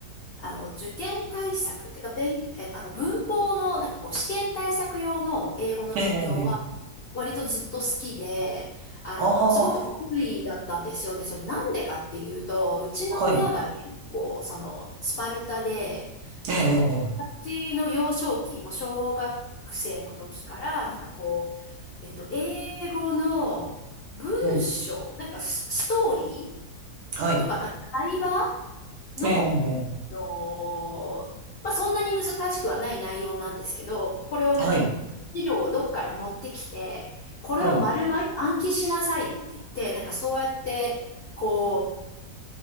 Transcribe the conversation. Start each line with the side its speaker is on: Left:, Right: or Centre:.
Left: あの、受験対策ってか、勉、え、あの、文法の、なんかこう、試験対策用の英語の勉強は、
Right: ええ、ええ。
Left: 割とずっと好きで、あの、
Right: ああ、
Left: すごく得意だったんですよ。で、それなんでかっていうと、うちの親が結構、
Right: はい。
Left: その、スパルタで、あの、
Right: ええ、ええ、
Left: 私の幼少期、もう小学生の時から、なんかこう、えっと、英語の文章、
Right: うん。
Left: なんかス、ストーリ
Right: はい。
Left: ーとか、なんか会話の、
Right: ええ、え
Left: あのまあ、そんなに難しくはない内容なんですけど、これをなんか、
Right: え、はい。
Left: 資料をどっから持ってきて、これを丸々暗記しなさいって言って、
Right: はい。
Left: なんかそうやって、こう、